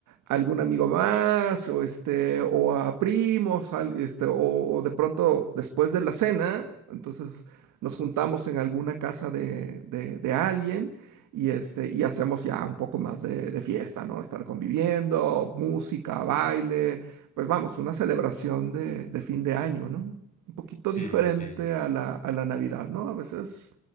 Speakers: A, on the right; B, on the left.
A: a algún amigo más o, este, o a primos, al- este, o, o de pronto después de la cena, entonces nos juntamos en alguna casa de, de- de alguien y, este, y hacemos ya un poco más de, de fiesta, ¿no? Estar conviviendo, música, baile, pues vamos, una celebración de, de fin de año, ¿no? Un poquito
B: Sí,
A: diferente
B: sí, sí.
A: a la, a la Navidad, ¿no? A veces,